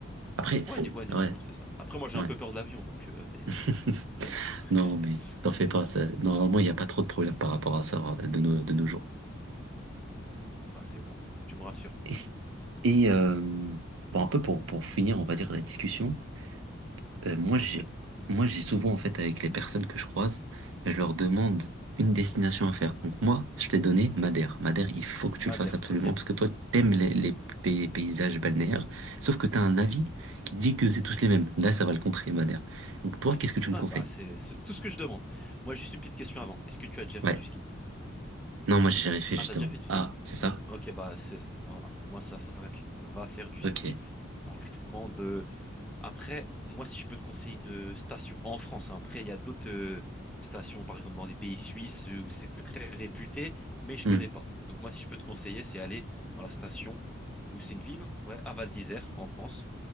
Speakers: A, on the right; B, in the centre.
A: Après,
B: Ouais, ni- ouais, niveau
A: ouais,
B: avion, c'est ça. Après, moi, j'ai
A: ouais.
B: un peu peur de l'avion, donc. euh, mais,
A: <laughs>
B: mais bon. <laughs>
A: Non, mais t'en fais pas. ça- Normalement, il n'y a pas trop de problèmes par rapport à ça euh, de nos, de nos jours.
B: Bah, c'est bon. Tu me rassures.
A: Et, c- et, euh, bon, un peu pour, pour finir, on va dire, la discussion, euh, moi, j'ai,
B: Ok.
A: moi, j'ai souvent, en fait, avec les personnes que je croise, je leur demande une destination à faire. Donc, moi, je t'ai donné Madère. Madère, il faut que
B: Madère,
A: tu le fasses absolument
B: ok.
A: parce que toi, t'aimes les, les pay- paysages balnéaires, sauf que t'as un avis qui dit que c'est tous les mêmes. Là, ça va le contrer, Madère. Donc, toi,
B: Oui.
A: qu'est-ce que tu me
B: Ah,
A: conseilles?
B: bah, c'est c'est tout ce que je demande. Moi, juste une petite question avant. Est-ce que tu as déjà
A: Ouais.
B: fait du ski?
A: Non, moi, j'ai jamais fait, justement.
B: Ah, t'as déjà fait du...
A: Ah, c'est ça?
B: Ok, bah, c'est... Voilà. Moi, ça, ça s'arrête là. Va faire du
A: Ok.
B: ski. Franchement, de... Après, moi, si je peux te conseiller une euh, station en France, hein, après, il y a d'autres euh, stations, par exemple, dans les pays suisses euh, où c'est très réputé, mais je
A: Hmm.
B: connais pas. Donc, moi, si je peux te conseiller, c'est aller dans la station où c'est une ville, hein, ouais, à Val d'Isère, en France.